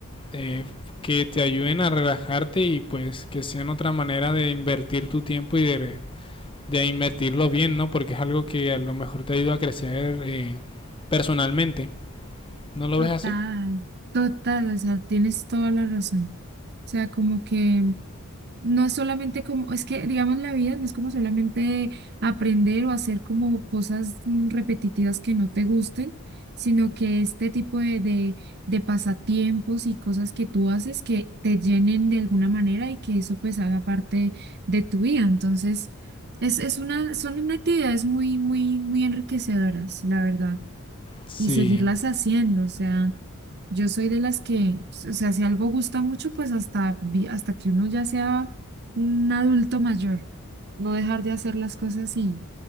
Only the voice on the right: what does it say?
total,
total, o sea, tienes toda la razón. O sea, como que No es solamente como, es que digamos la vida no es como solamente aprender o hacer como cosas mm, repetitivas que no te gusten, sino que este tipo de, de, de pasatiempos y cosas que tú haces que te llenen de alguna manera y que eso pues haga parte de tu vida. Entonces, es, es una, son unas actividades muy, muy, muy enriquecedoras, la verdad
y seguirlas haciendo. O sea, yo soy de las que, o sea, si algo gusta mucho, pues hasta, vi- hasta que uno ya sea un adulto mayor, no dejar de hacer las cosas y,